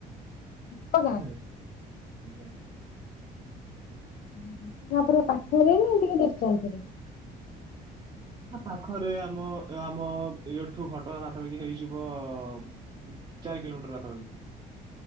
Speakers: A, on the left; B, on the right.
A: କୋଉ
B: ଏବେ
A: ଗାଁ?
B: ଆଜ୍ଞା।
A: <inaudible> ପୁରା ପାଖେରେ ନା ଟିକେ ଡିଷ୍ଟାନ୍ସରେ।
B: ନେ ପାଖରେ ଆମ ଆମ ଏଠୁ ଘଟଗାଁ ପାଖାପାଖି ହେଇଯିବ ଉଁ ଚାରି କିଲୋମିଟର ପାଖାପାଖି।